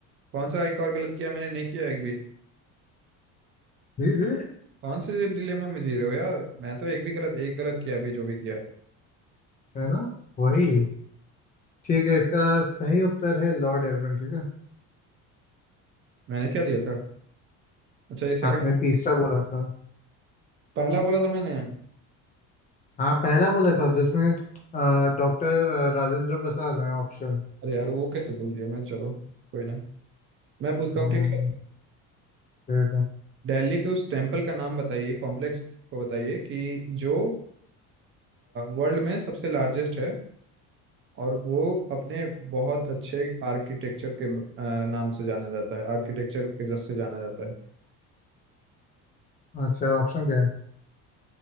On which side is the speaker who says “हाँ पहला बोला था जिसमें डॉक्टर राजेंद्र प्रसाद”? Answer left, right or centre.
Left